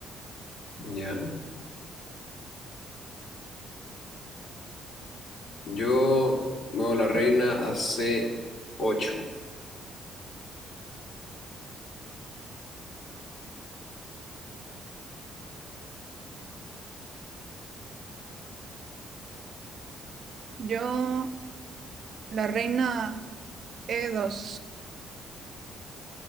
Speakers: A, on the left (about 55°); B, on the right (about 55°).
A: Ya. Yo muevo la reina a C8.
B: Yo, la reina e dos